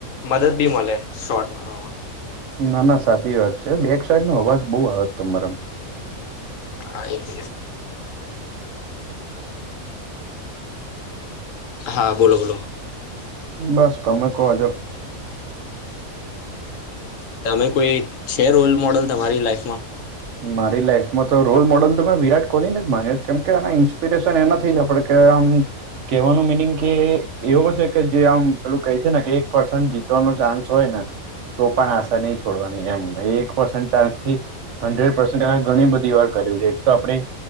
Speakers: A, on the left; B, on the right.
A: મદદ બી મળે શોટ મારવામાં.
B: ના ના સાચી વાત છે બેક સાઈડ નો અવાજ બઉુ આવે તમારા.
A: હા એ ગ હા બોલો બોલો.
B: બસ તમે કોજો.
A: તમે કોઈ છે રોલ મોડલ તમારી લાઈફમાં.
B: મારી લાઈફમાં તો રોલ મોડલ તો મેં વિરાટ કોહલીને જ માન્યો કેમ કે એના ઇન્સ્પિરેશન એના નથી આપડ કેમ કહેવાનું મિનિંગ કે એવો છે કે જે આમ પેલું કહે છે ને કે એક પર્સન્ટ જીતવાનો ચાન્સ હોય ને. તો પણ આશા નહી છોડવાની એમ એક પસ ચાન્સ થી. હંડ્રેડ પસેન્ટ ઘણી બધી વાર કર્યું છે એક તો આપે.